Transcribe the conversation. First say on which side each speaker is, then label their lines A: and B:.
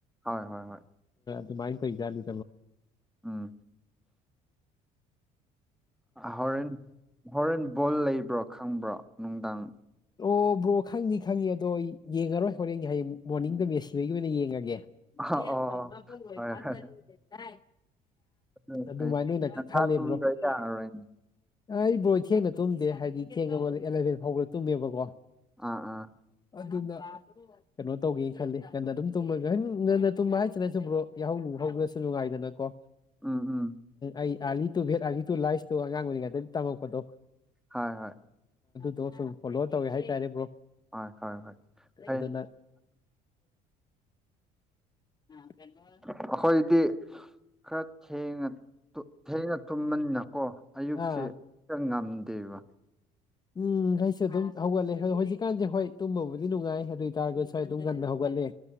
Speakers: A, in the centre; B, on the left.
A: ꯍꯣꯏ ꯍꯣꯏ ꯍꯣꯏ
B: ꯑꯗꯨꯨꯃꯥꯏꯅ ꯇꯖꯣ
A: ꯎꯝ ꯍꯣꯔꯦꯟ ꯍꯣꯔꯦꯟ ꯕꯣꯜ ꯂꯩꯕ꯭ꯔꯣ ꯈꯪꯕ꯭ꯔꯣ ꯅꯨꯡꯗꯥꯡ
B: ꯑꯣ ꯕ꯭ꯔꯣ ꯈꯪꯅꯤ ꯈꯪꯉꯤ ꯑꯗꯣ ꯌꯦꯡꯉꯔꯣꯏ ꯍꯣꯔꯦꯟ ꯍꯌꯦꯡ ꯃꯣꯔꯅꯤꯡꯗ ꯃꯦ ꯁꯤꯕꯩꯒꯤ ꯑꯣꯏꯅ ꯌꯦꯡꯉꯒꯦ
A: ꯑ
B: ꯌꯦ
A: ꯑꯣ
B: ꯆꯣꯏ
A: ꯍꯣꯏ
B: ꯐꯗꯔ
A: ꯍꯣꯏ
B: ꯇꯥꯏ
A: ꯑꯗꯨ
B: ꯑꯗꯨꯃꯥꯏꯅ
A: ꯐꯩ
B: ꯑꯣꯏꯅ
A: ꯉꯟꯇꯥ
B: ꯈꯜꯂꯤꯕ꯭ꯔꯣ
A: ꯇꯨꯝꯗ
B: ꯑꯩ
A: ꯌꯥꯔꯔꯣꯏꯅꯦ
B: ꯑꯩ ꯕ꯭ꯔꯣ ꯊꯦꯡꯅ ꯇꯨꯝꯗꯦ ꯍꯥꯏꯗꯤ ꯊꯦꯡꯅꯕꯅꯕꯗ ꯑꯦꯂꯚꯦꯟ ꯐꯥꯎꯕꯗ ꯇꯨꯝꯃꯦꯕꯀꯣ
A: ꯑꯥ ꯑꯥ
B: ꯑꯗꯨꯅ ꯀꯩꯅꯣ ꯇꯧꯒꯦꯅ ꯈꯜꯂꯤ ꯉꯟꯅ ꯑꯗꯨꯝ ꯇꯨꯝꯕ ꯉꯍ ꯉꯟꯅ ꯇꯨꯝꯕ ꯍꯥꯏꯁꯤꯅꯁꯨꯕ꯭ꯔꯣ ꯌꯥꯍꯧꯍꯧꯕꯗ꯭ꯔꯁꯨ ꯅꯨꯡꯉꯥꯏꯗꯅꯀꯣ
A: ꯎꯝ ꯎꯝ
B: ꯑꯩ ꯑꯥꯂꯤ ꯇꯨ ꯚꯦꯠ ꯑꯥꯂꯤ ꯇꯨ ꯂꯥꯏꯁꯇꯨ ꯑꯉꯥꯡ ꯑꯣꯏꯔꯤ ꯉꯇꯗꯤ ꯇꯝꯃꯛꯄꯗꯣ
A: ꯍꯣꯏ ꯍꯣꯏ
B: ꯑꯗ ꯁꯨꯝ ꯐꯣꯂꯣ ꯇꯧꯋꯦ ꯍꯥꯏꯇꯥꯔꯦ ꯕꯣ
A: ꯍꯣꯏ ꯍꯣꯏ ꯍꯣꯏ ꯐꯩ
B: ꯑꯗꯨꯅ ꯑ ꯀꯩꯅꯣ
A: ꯑꯩꯈꯣꯏꯗꯤ ꯈꯔ ꯊꯉ ꯊꯦꯡꯅ ꯇꯨꯝꯕꯅꯤꯅꯀꯣ ꯑꯌꯨꯛꯁꯤꯦ
B: ꯑꯥ
A: ꯛꯇ ꯉꯝꯗꯦꯕ
B: ꯎꯝ ꯑꯩꯁꯨ ꯑꯗꯨꯝ ꯍꯧꯒꯠꯂꯦ ꯍꯧꯖꯤꯛꯀꯥꯟꯁꯦ ꯍꯣꯏ ꯇꯨꯝꯕꯕꯨꯗꯤ ꯅꯨꯡꯉꯥꯏ ꯑꯗꯨ ꯑꯣꯏꯇꯥꯔꯒꯁꯨ ꯑꯩ ꯑꯗꯨꯝ ꯉꯟꯅ ꯍꯧꯒꯠꯂꯦ